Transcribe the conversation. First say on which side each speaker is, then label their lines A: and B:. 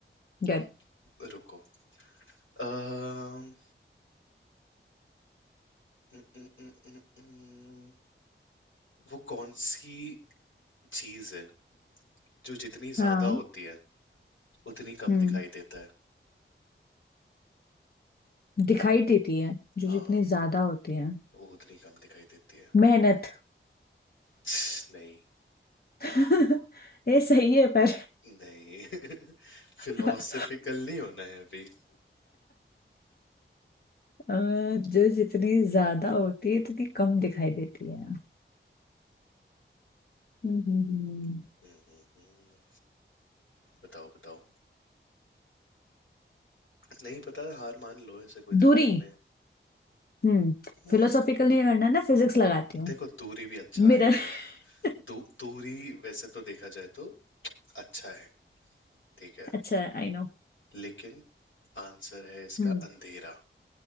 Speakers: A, on the left; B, on the left.
A: गुड
B: अब रुको अम, न, न, न, न, न, वो कौन सी चीज है जो जितनी ज्यादा
A: हाँ
B: होती है उतनी कम
A: हम्म
B: दिखाई देता है
A: दिखाई देती है जो
B: हाँ
A: जितने ज्यादा होते हैं
B: वो उतनी कम दिखाई देती है
A: मेहनत
B: छ्, नहीं
A: <laughs> ये सही है पर
B: नहीं <laughs> फिलोसफिकल
A: <laughs>
B: नहीं होना है अभी
A: अ, जो जितनी ज्यादा होती है उतनी कम दिखाई देती है हम्म हम्म हम्म।
B: हम्म, हम्म, हम्म, बताओ बताओ नहीं पता हार मान लो ऐसे कोई दिक्कत
A: दूरी
B: नहीं
A: हम्म
B: हम्म
A: फिलोसॉफिकल नहीं करना ना फिजिक्स लगाती हूँ
B: देखो दूरी भी अच्छा
A: मिरर
B: है
A: <laughs>
B: दू, दूरी वैसे तो देखा जाए तो अच्छा है ठीक है
A: अच्छा आई नो
B: लेकिन आंसर है इसका
A: हम्म,
B: अंधेरा